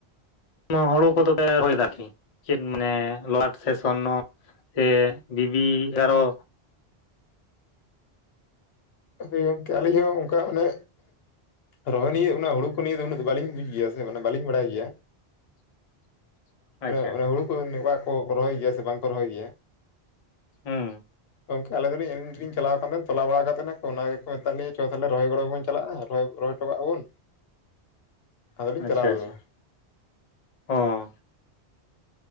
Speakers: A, on the left; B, on the left.
A: ᱱᱚᱣᱟ ᱦᱩᱲᱩ ᱠᱚᱫᱚ ᱯᱮ ᱨᱚᱦᱚᱭ ᱮᱫᱟᱠᱤ? ᱪᱮᱫ ᱢᱟᱱᱮ ᱞᱟᱴ ᱥᱮ ᱥᱚᱨᱱᱚ ᱥᱮ ᱵᱤᱵᱤ ᱟᱨᱚᱼᱼ
B: ᱦᱳᱭ ᱜᱚᱝᱠᱮ ᱟᱹᱞᱤᱧ ᱦᱚᱸ ᱚᱱᱠᱟ ᱚᱱᱮᱼᱼ ᱨᱚᱦᱚᱭ ᱱᱤᱭᱟ. ᱚᱱᱟ ᱦᱩᱲᱩ ᱠᱚ ᱱᱤᱭᱟ. ᱫᱚ ᱩᱱᱟᱹ ᱫᱚ ᱵᱟᱹᱞᱤᱧ ᱵᱩᱡᱽ ᱜᱮᱭᱟ ᱥᱮ ᱢᱟᱱᱮ ᱵᱟᱹᱞᱤᱧ ᱵᱟᱲᱟᱭ ᱜᱮᱭᱟ।
A: <inaudible> ᱟᱪᱪᱷᱟ
B: ᱢᱟᱱᱮ ᱚᱱᱟ ᱦᱩᱲᱩ ᱠᱚᱫᱚ ᱚᱝᱠᱟ ᱠᱚ ᱨᱚᱦᱚᱭ ᱜᱮᱭᱟ ᱥᱮ ᱵᱟᱝᱠᱚ ᱨᱚᱦᱚᱭ ᱜᱮᱭᱟ᱾
A: ᱦᱩᱸ᱾
B: ᱜᱚᱝᱠᱮ ᱟᱞᱤ ᱫᱚᱱᱤ ᱮᱱᱜᱞᱤᱧ ᱪᱟᱞᱟᱣ ᱠᱟᱱ ᱛᱟᱦᱮᱱ ᱛᱚᱞᱟ ᱵᱟᱲᱟ ᱠᱟᱛᱮᱱᱟᱼᱼ ᱛᱚ ᱚᱱᱟ ᱜᱮᱠᱚ ᱢᱮᱛᱟᱜ ᱞᱤᱧᱟᱹ ᱪᱚ ᱛᱟᱦᱚᱞᱮ ᱨᱚᱦᱚᱭ ᱜᱚᱲᱚ ᱵᱚᱱ ᱪᱟᱞᱟᱜᱼᱟ ᱨᱚ ᱨᱚᱦᱚᱭ ᱦᱚᱴᱚ ᱠᱟᱜ ᱟ ᱵᱚᱱ᱾ ᱟᱫᱚᱞᱤᱧ
A: ᱟᱪᱷᱟ-ᱟᱪᱷᱟ
B: ᱪᱟᱞᱟᱣ ᱞᱮᱱᱟ
A: ᱦᱚᱸ᱾